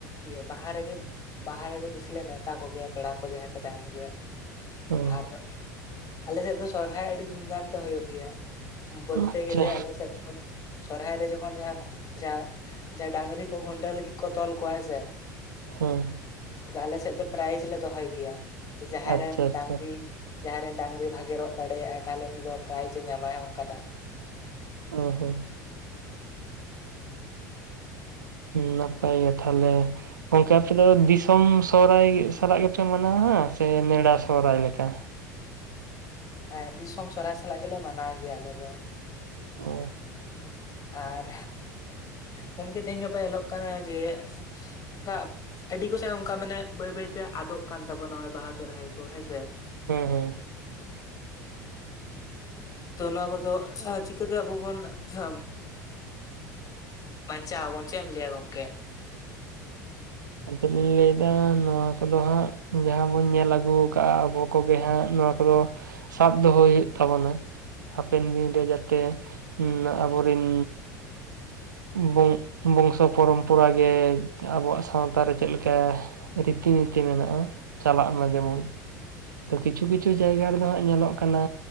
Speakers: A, on the left; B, on the right.
A: ᱤᱭᱟᱹ ᱵᱟᱦᱟ ᱨᱮᱜᱮᱼᱼ ᱵᱟᱦᱟ ᱨᱮᱜᱮ ᱵᱮᱥᱤ ᱞᱮ ᱱᱮᱣᱛᱟ ᱠᱚᱜᱮᱭᱟ ᱯᱮᱲᱟ ᱠᱚ ᱡᱟᱦᱟᱸᱭ ᱠᱚ ᱛᱟᱦᱮᱱ ᱜᱮᱭᱟ
B: ᱦᱮᱸ
A: ᱟᱨ ᱟᱞᱮᱥᱮᱫ ᱫᱚ ᱥᱚᱨᱦᱟᱭ ᱟᱹᱰᱤ ᱫᱷᱩᱢᱫᱷᱟᱢ ᱛᱮ ᱦᱩᱭᱩᱜ ᱜᱮᱭᱟ ᱵᱚᱞᱛᱮ
B: ᱟᱪᱪᱷᱟ
A: ᱜᱮᱞᱮ ᱟᱞᱮ ᱥᱮᱫ ᱫᱚ ᱥᱚᱨᱦᱟᱭ ᱨᱮ ᱡᱚᱠᱷᱚᱱ ᱡᱟᱦᱟᱸ ᱡᱟᱦᱟᱸᱼᱼ ᱡᱟᱦᱟᱭ ᱰᱟᱝᱨᱤ ᱠᱚ ᱠᱷᱩᱱᱴᱟᱹᱣ ᱞᱟᱹᱜᱤᱫ ᱠᱚ ᱛᱚᱞ ᱠᱚᱣᱟ ᱦᱮᱸᱥᱮ
B: ᱦᱮᱸ
A: ᱟᱞᱮ ᱥᱮᱫ ᱫᱚ ᱯᱨᱟᱭᱤᱡᱽ ᱞᱮ ᱫᱚᱦᱚᱭ ᱜᱮᱭᱟ ᱡᱟᱦᱟᱸᱭ
B: ᱟᱪᱪᱷᱟ
A: ᱨᱮᱱ ᱰᱟᱝᱨᱤ
B: ᱟᱪᱪᱷᱟ
A: ᱡᱟᱦᱟᱸ ᱨᱮᱱ ᱰᱟᱝᱨᱤ ᱵᱷᱟᱜᱮ ᱨᱚᱜ ᱫᱟᱲᱮᱭᱟᱜᱼᱟᱭ ᱛᱟᱦᱚᱞᱮ ᱩᱱᱤ ᱫᱚ ᱯᱨᱟᱭᱤᱡᱽ ᱮ ᱧᱟᱢᱟᱭ ᱚᱱᱠᱟᱱᱟᱜ
B: ᱚ ᱦᱚᱸ ᱱᱟᱯᱟᱭ ᱜᱮ ᱛᱟᱦᱚᱞᱮ ᱜᱚᱝᱠᱮ ᱟᱯᱮ ᱫᱚ ᱫᱤᱥᱚᱢ ᱥᱚᱦᱨᱟᱭ ᱥᱟᱞᱟᱜ ᱜᱮᱯᱮ ᱢᱟᱱᱟᱣᱟ ᱥᱮ ᱱᱮᱰᱟ ᱥᱚᱦᱨᱟᱭ ᱞᱮᱠᱟ
A: ᱮᱫ ᱫᱤᱥᱚᱢ ᱥᱚᱨᱦᱟᱭ ᱥᱟᱞᱟᱜ ᱜᱮᱞᱮ ᱢᱟᱱᱟᱣ ᱜᱮᱭᱟ ᱟᱞᱮ ᱫᱚ
B: ᱚ
A: ᱟᱨ ᱜᱚᱢᱠᱮ <unintelligible> ᱛᱮᱦᱤᱧ ᱜᱟᱯᱟ ᱧᱮᱞᱚᱜ ᱠᱟᱱᱟ ᱡᱮᱼ ᱚᱱᱠᱟ ᱟᱹᱰᱤ ᱠᱚᱥᱮ ᱚᱱᱠᱟ ᱢᱟᱱᱮ ᱵᱟᱹᱭ ᱵᱟᱹᱭᱛᱮ ᱟᱫᱚᱜ ᱠᱟᱱ ᱛᱟᱵᱚᱱᱟ ᱱᱚᱜᱚᱭ ᱵᱟᱦᱟ ᱥᱚᱨᱦᱟᱭ ᱠᱚ ᱦᱮᱸᱥᱮ᱾
B: ᱦᱮᱸ ᱦᱩᱸ,
A: ᱛᱚ ᱱᱚᱣᱟ ᱠᱚᱫᱚ ᱪᱤᱠᱟᱹᱛᱮ ᱟᱵᱚ ᱵᱚᱱ <unintelligible> ᱵᱟᱧᱪᱟᱣ ᱟᱵᱚᱱ ᱪᱮᱫ ᱮᱢ ᱞᱟᱹᱭ ᱟ ᱜᱚᱢᱠᱮ?
B: ᱟᱫᱚᱞᱤᱧ ᱞᱟᱹᱭᱮᱫᱟ ᱱᱚᱣᱟ ᱠᱚᱫᱚ ᱦᱟᱸᱜ ᱡᱟᱦᱟᱸ ᱵᱚᱱ ᱧᱮᱞ ᱟᱹᱜᱩ ᱟᱠᱟᱫᱟ ᱟᱵᱚ, ᱠᱚᱜᱮ ᱦᱟᱸᱜ ᱱᱚᱣᱟ ᱠᱚᱫᱚ ᱥᱟᱵ ᱫᱚᱦᱚᱭ ᱦᱩᱭᱩᱜ ᱛᱟᱵᱚᱱᱟ, ᱦᱟᱯᱮᱱ ᱫᱤᱱᱨᱮ ᱡᱟᱛᱮ, ᱟᱵᱚᱨᱤᱱᱼ ᱵᱚᱝ ᱵᱚᱝᱥᱚ ᱯᱚᱨᱚᱢᱯᱚᱨᱟ ᱜᱮ ᱟᱵᱚᱣᱟᱜᱼ ᱥᱟᱶᱛᱟ ᱨᱮ ᱪᱮᱫ ᱞᱮᱠᱟ ᱨᱤᱛᱤ ᱱᱤᱛᱤ ᱢᱮᱱᱟᱜᱼᱟ, ᱪᱟᱞᱟᱜ ᱢᱟ ᱡᱮᱢᱚᱱ ᱛᱚ ᱠᱤᱪᱷᱩ ᱠᱤᱪᱷᱩ ᱡᱟᱭᱜᱟ ᱨᱮᱫᱚ ᱦᱟᱸᱜ ᱧᱮᱞᱚᱜ ᱠᱟᱱᱟ,